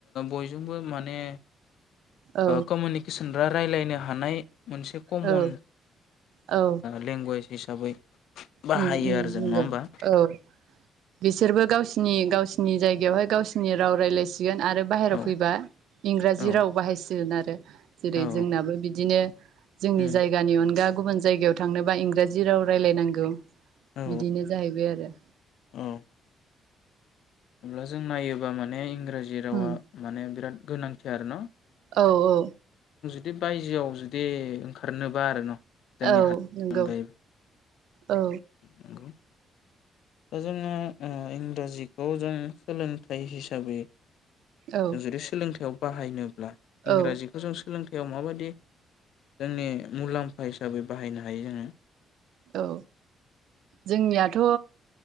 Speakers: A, on the left; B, on the right.
A: बयजोंबो माने
B: औ
A: कमिउनिकेसन। रा रायलायनो हानाय मोनसे कमन
B: औ औ
A: लेंगुवेज हिसाबै बाहायो
B: उम उम
A: आरो जों
B: नंगौ
A: नङा होमबा?
B: औ बिसोरबो गावसिनि गावसिनि जायगायावहाय गावसिनि राव रायलायसि गोन आरो बाहेराव
A: औ
B: फैबा इंराजि
A: औ
B: राव बाहायसिगोन आरो। जेरै
A: औ
B: जोंनाबो बिदिनो जोंनि
A: उम
B: जायगानि अनगा गुबुन जायगायाव थांनोबा इंराजि राव रायलायनांगौ
A: औ
B: बिदिनो जाहैबाय आरो
A: औ अब्ला जों नायोबा माने इंरा राजि रावा
B: उम
A: माने बिराद गोनांथि आरो ना?
B: औ औ।
A: दि बायजोआव जुदि ओंखारनोबा आरो न' जोंनि
B: औ
A: हादरनि
B: नोंगौ।
A: अनगायैबो
B: औ।
A: नंगौ दा जोंङो ओ इंराजिखौ जों सोलोंथाइ हिसाबै जों
B: औ
A: जुदि सोलोंथाइयाव बाहायनो ब्ला इंराजिखौ
B: औ
A: जों सो सोलोंथायाव माबादि जोंनि मुलाम्फा हिसाबै बाहायनो हायो जोङो।
B: औ जोंनियाथ'